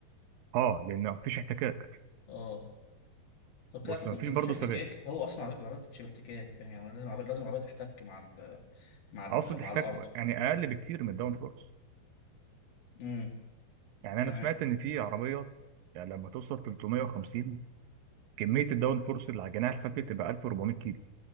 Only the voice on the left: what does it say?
اه طب
كده اعتقد
مفيش
احتكاك
هو اصلا العربيه العربية بتمشي باحتكاك فاهم يعني لازم العربيه لازم العربيه تحتك مع ال مع ال
مع
الارض
امم
تمام